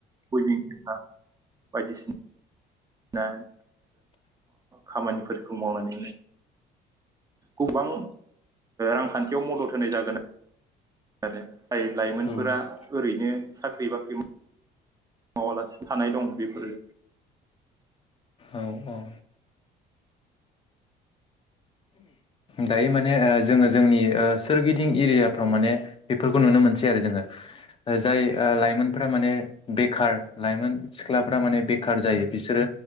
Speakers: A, on the right; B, on the left.
A: बयनि <unintelligible> बायदिसिना खामानिफोरखौ मावनानै गोबां रांखान्थियाव मदद होनाय जागोन आरो जाय लाइमोनफोरा
B: औ
A: ओरैनो साख्रि बाख्रि मावालासे थानाय दं बेफोरो
B: औ औ दायो माने जोङो जोंनि सोरगिदिं एरियाफ्राव माने बेफोरखौ नुनो मोनसै आरो जोङो जाय लाइमोनफ्रा माने बेखार लाइमोन सिख्ला माने जायो बिसोरो